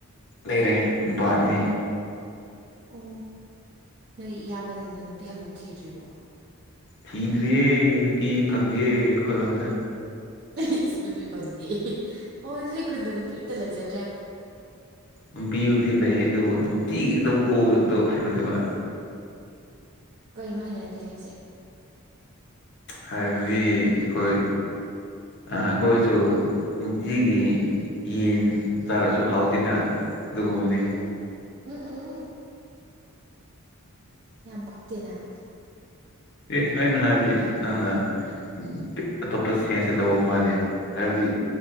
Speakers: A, on the left; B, on the right.
A: ꯂꯩꯔꯦ ꯅꯨꯄꯥ ꯑꯅꯤ꯫
B: ꯑꯣ ꯅꯣꯏ ꯏꯌꯥꯝꯕꯁꯤꯡꯗꯣ ꯅꯨꯄꯤ ꯑꯃꯕꯨꯛ ꯊꯤꯗ꯭ꯔꯤꯕꯣ꯫
A: ꯊꯤꯗ꯭ꯔꯤꯌꯦ ꯅꯨꯄꯤ ꯐꯪꯗꯤꯌꯦ ꯑꯩꯈꯣꯏꯔꯣꯝꯗ꯫
B: ꯑꯩꯁ ꯅꯨꯄꯤ ꯐꯪꯗꯦꯌꯦ ꯑꯣ ꯅꯣꯏ ꯈꯨꯟꯗ ꯅꯨꯄꯤ ꯑꯝꯇ ꯂꯩꯖꯗ꯭ꯔꯦ꯫
A: ꯅꯨꯄꯤꯕꯨꯗꯤ ꯂꯩꯌꯦ ꯑꯗꯨꯕꯨ ꯅꯨꯡꯇꯤꯒꯤ ꯑꯗꯨꯝ ꯎꯕꯗꯣ ꯑꯗꯨ ꯍꯩꯅꯗꯦꯕ꯫
B: ꯀꯩꯅꯣ ꯍꯩꯅꯗꯦ ꯍꯥꯏꯁꯦ꯫
A: ꯍꯥꯏꯕꯗꯤ ꯑꯩꯈꯣꯏ ꯑꯥ ꯑꯩꯈꯣꯏꯁꯨ ꯅꯨꯡꯇꯤꯒꯤ ꯌꯦꯟ ꯆꯥꯔꯁꯨ ꯍꯥꯎꯇꯤꯟꯅ ꯑꯗꯨꯒꯨꯝꯕꯅꯤ꯫
B: ꯎꯝ ꯎꯝ ꯎꯝ ꯎꯝ ꯎꯝ ꯎꯝ ꯌꯥꯝ ꯄꯛꯇꯦꯅ꯫
A: ꯑꯦ ꯑꯩꯅ ꯍꯥꯏꯕꯗꯤ ꯅꯪꯅ ꯑꯥ ꯑꯇꯣꯞꯄ ꯁꯦꯟꯁꯇ ꯂꯧꯕ ꯃꯥꯜꯂꯦ ꯍꯥꯏꯕꯗꯤ